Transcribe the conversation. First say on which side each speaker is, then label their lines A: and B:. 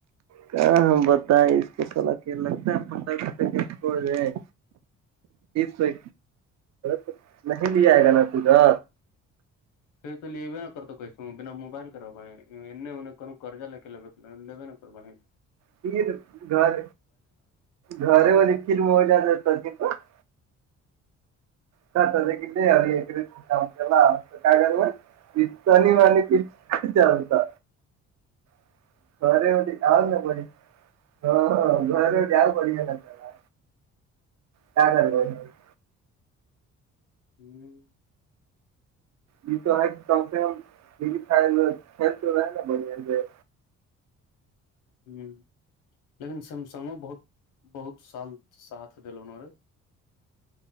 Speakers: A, on the right; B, on the left.
A: کہ ہم بتائ اس کو پک لگتا ہے پٹ چھوڑ گئے س تو نہیں لیا آئے گا نا پھا
B: پھر تو لیےبےا کرتا کیس بنا موبائل کر رہوااہ اننے ا کر کررضہ لے کے ل ل لیے نا کروا ہے <unintelligible>
A: کر گھر گھرے والی کھیر میں مجا جتا ت تو <unintelligible> سا دیک دے کا کرو <unintelligible> پت نہیں والے کھ چلتا <unintelligible> ورے اوڈی آؤ گ بنی <unintelligible> ہاں ہاں گھر جؤ بڑیا ن کرا کیا کر <unintelligible>
B: ھمم
A: یہ تو ہے کہ کم سے کم کھیل تو رہے نا بڑیا سے
B: ہوں لیکن سیمسنگو بہت بہت سال ساتھ دلو ن رے